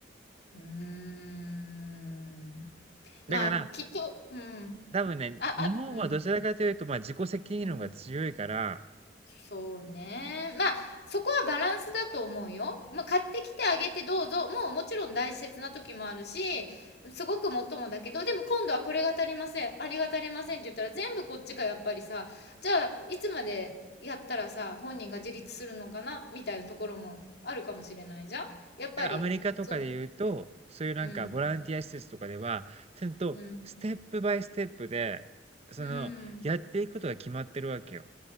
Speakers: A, on the left; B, on the right.
A: ーんまあ、
B: だから、
A: きっと、うん。
B: 多分ね、
A: あ、
B: 日本はどちらかというと、
A: あ、うん、
B: まあ、自己責任論が強いから
A: うん。そうね。まあ、そこはバランスだと思うよ。まあ、買ってきてあげてどうぞ。もうもちろん大切な時もあるし、すごくもっともだけど、でも今度はこれが足りません。ありが足りませんって言ったら全部こっちがやっぱりさ、じゃあいつまでやったらさ、本人が自立するのかなみたいなところもあるかもしれないじゃん。やっぱり、
B: だからアメリカとかで言うと、
A: そ
B: そういうなんかボランティア施設とかでは、
A: ううん、
B: ちゃんとステップバイステップで、
A: うん、
B: その、
A: うん、
B: やっていくことが決まってるわけよ。